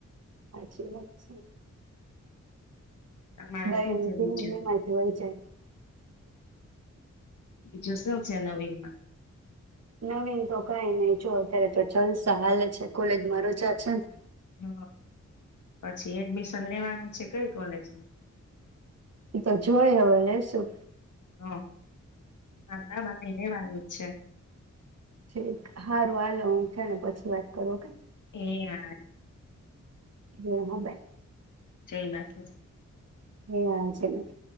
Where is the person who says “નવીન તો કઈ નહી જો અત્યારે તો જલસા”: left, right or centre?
Right